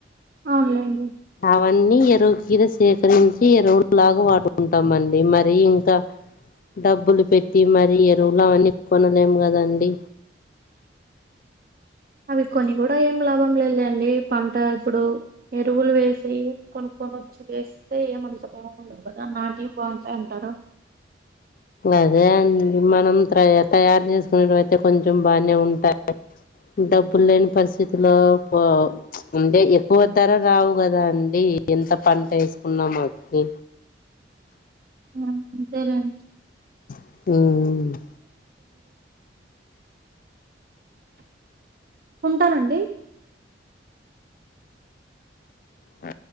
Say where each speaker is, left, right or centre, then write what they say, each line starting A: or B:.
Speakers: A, on the right; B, on the left.
A: అవునండి
B: అవన్నీ ఎరువు కింద సేకరించి ఎరువులు లాగా వాడుకుంటామ అండి మరి ఇంకా డబ్బులు పెట్టి మరి ఎరువులు అవన్నీ కొనలేము కదండి
A: అవి కొని కూడా ఏం లాభం లేదుండి పంట ఇప్పుడు ఎరువులు వేసి కొనుకోవడాం కూచి వేస్తే ఏమంత బాగుంటదు కదా నాంటివి బాగుంటాయి అంటారు
B: అదే అండి మనం త తయారు చేసుకునేట అయితే కొంచెం బానే ఉంటాయి డబ్బులు లేని పరిస్థితులో పో అంటే ఎక్కువ ధర రావు కదా అండి ఎంత పంట వేసుకున్న మనకి
A: ఆ అంతేలెండి
B: అది
A: ఉంటానండి
B: ఆ